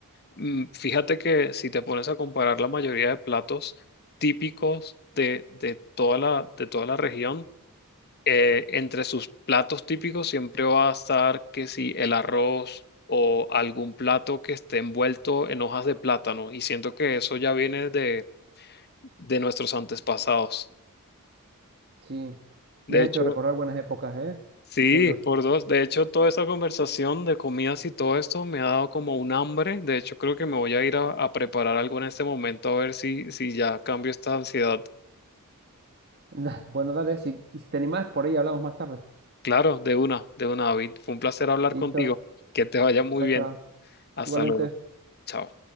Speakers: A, on the left; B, on the right.
A: Mm, Fíjate que si te pones a comparar la mayoría de platos típicos de, de toda la, de toda la región, eh, entre sus platos típicos siempre va a estar que si el arroz o algún plato que esté envuelto en hojas de plátano y siento que eso ya viene de, de nuestros antepasados.
B: Sí,
A: De
B: me has
A: hecho,
B: hecho recordar buenas épocas, ¿eh?
A: Sí,
B: Taylor.
A: por dos. De hecho, toda esta conversación de comidas y todo esto me ha dado como un hambre. De hecho, creo que me voy a ir a, a preparar algo en este momento a ver si, si ya cambio esta ansiedad.
B: <laughs> Bueno, dale, si- y si te animás, por ahí hablamos más tarde.
A: Claro, de una, de una, David. Fue un placer hablar
B: Listo,
A: contigo. Que te vaya muy
B: chao,
A: bien.
B: chao.
A: Hasta
B: Igualmente.
A: luego. Chao.